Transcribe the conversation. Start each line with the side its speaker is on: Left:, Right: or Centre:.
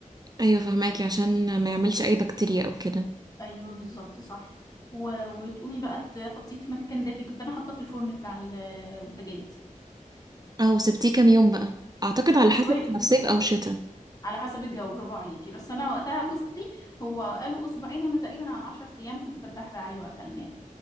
Right: ايوه فهماكي عشان ما يعملش اي بكتيريا او كده
Left: ايوه بالظبط صح و... وتقومي بقى تحطيه في مكان دافي كنت انا حاطاه في الفرن بتاع البوتاجاز
Right: اه وسبتيه كام يوم بقى اعتقد على
Left: حوالي
Right: حسب احنا
Left: اسبوعين
Right: في صيف او شتاء
Left: على حسب الجو برافو عليكي بس انا وقتها بصي هو قالوا اسبوعين انا تقريبا على 10 ايام كنت فتحنا عليه واكلناه